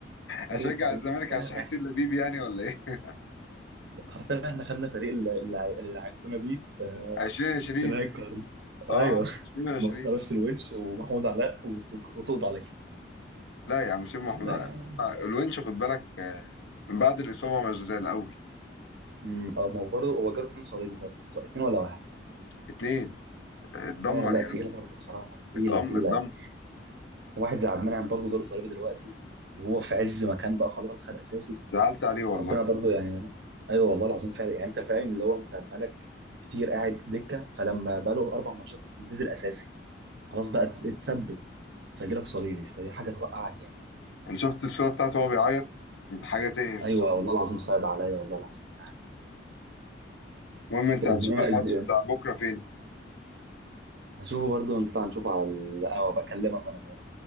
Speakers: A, on the left; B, on the right.
A: اشجع
B: قريت كل
A: الزمالك
B: حرفيا
A: عشان حسين
B: احنا
A: لبيب يعني ولا ايه
B: حرفيا احنا خدنا فريق اللي اللي- اللي لعبتونا بيه في
A: <laughs> 2020
B: في نهاية القرن
A: اه
B: ايوه <laughs>
A: 2020
B: ناقصنا بس الونش ومحمود علاء وتوك- وتقضى على كده
A: لا يا عم سيب محمود
B: لا
A: علاء.
B: يعني
A: الونش خد بالك آه، من بعد الاصابه مش زي الاول
B: امم اه ما هو برضه هو جاله اثنين صليبي برضه ص- اتنين ولا واحد
A: اتنين اتدمر
B: اه لا
A: يعني
B: تقيله برضه بصراحه تقيله
A: اتأم
B: تقيله
A: اتدمر
B: يعني واحد زي عبد المنعم برضه جاله صليبي دلوقتي وهو في عز مكان بقى خلاص خد اساسي
A: زعلت عليه والله
B: فربنا برضه يعني ايوه والله العظيم فعلا يعني انت فاهم اللي هو انت بقالك كتير قاعد دكه فلما بقاله اربع ماتشات نزل اساسي خلاص بقى ات- اتثبت فيجي لك صليبي فدي حاجه توقعك يعني
A: انا شفت الصوره بتاعته وهو بيعيط حاجه تقهر الصراحه.
B: ايوه والله العظيم صعب عليا والله العظيم يعني
A: المهم انت هتشوف
B: الدنيا
A: الماتش
B: الد-
A: بتاع بكره فين
B: هشوفه برضه نطلع نشوفه على القهوه بكلمك وانا طالع